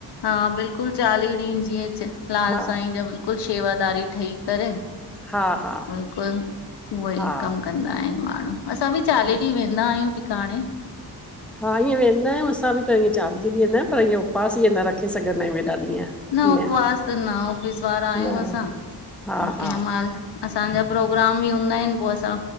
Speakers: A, on the left; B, in the centre.
A: हा बिल्कुलु चालीह ॾींहं जीअं लाल
B: हा
A: साईं जा बिल्कुलु शेवादारी ठही करे
B: हा हा
A: बिल्कुलु उह ई
B: हा
A: कमु कंदा आहिनि माण्हू असां बि चालीह
B: हा
A: ॾींहं वेंदा आहियूं टिकाणे
B: हा ईअं वेंदा आहियूं असां बि पर ईअं चालीह ॾींहं न पर उपास ईअं न रखी सघदा आहियूं हेॾा ॾींहं
A: न
B: ईअं
A: उपवास त न ऑफ़िस वारा आहियूं
B: न
A: असां
B: हा हा
A: असांजा प्रोग्राम बि हूंदा आहिन पो असां